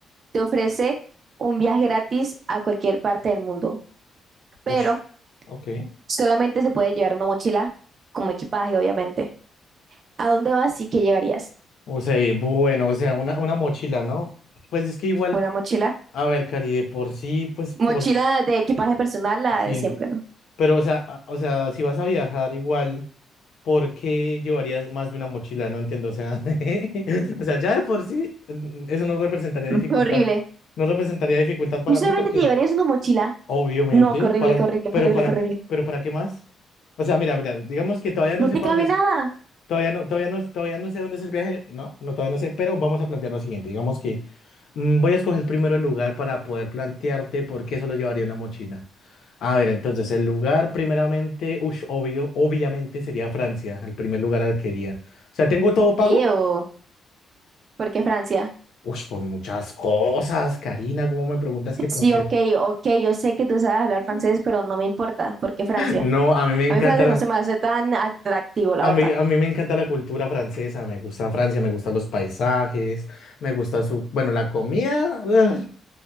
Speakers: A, on the right; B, on the left.
A: te ofrece un viaje gratis a cualquier parte del mundo, pero
B: Ush, ok.
A: solamente se puede llevar una mochila como equipaje, obviamente. ¿A dónde vas y qué llevarías?
B: O sea, y bueno, o sea, una, una mochila, ¿no? Pues es que igual,
A: ¿Una mochila?
B: a ver, Cari, de por sí, pues por...
A: Mochila de equipaje personal, la
B: Sí,
A: de siempre, ¿no?
B: pero o sea, a- o sea, si vas a viajar igual, ¿por qué llevarías más de una mochila? No entiendo, o sea, <laughs> o sea, ya de por sí, mm, eso no representaría
A: Mm,
B: dificultad,
A: Qué horrible.
B: no representaría dificultad para
A: ¿Tú solamente
B: mí porque...
A: te llevarías una mochila?
B: Obviamente,
A: No, qué horrible,
B: para,
A: qué horrible,
B: pero
A: qué horrible,
B: para,
A: qué horrible.
B: pero para qué más? O sea, mira, mira, digamos que todavía no
A: No
B: sé
A: te
B: para
A: cabe
B: dónde es,
A: nada.
B: todavía no, todavía no, todavía no sé dónde es el viaje, no, no, todavía no sé, pero vamos a plantear lo siguiente, digamos que mm, voy a escoger primero el lugar para poder plantearte por qué solo llevaría una mochila. A ver, entonces, el lugar primeramente, ush, obvio, obviamente sería Francia, el primer lugar al que iría. O sea, ¿tengo todo pago?
A: Ew, ¿por qué Francia?
B: Ush, por muchas cosas, Karina, ¿cómo me preguntas que
A: Sí,
B: por qué?
A: ok, ok, yo sé que tú sabes hablar francés,
B: <laughs>
A: pero no me importa, ¿por qué Francia?
B: No, a mí me encanta,
A: A mí francés no se me hace tan atractivo, la
B: A
A: verdad.
B: mí, a mí me encanta la cultura francesa, me gusta Francia, me gustan los paisajes, me gusta su, bueno, la comida, ugh,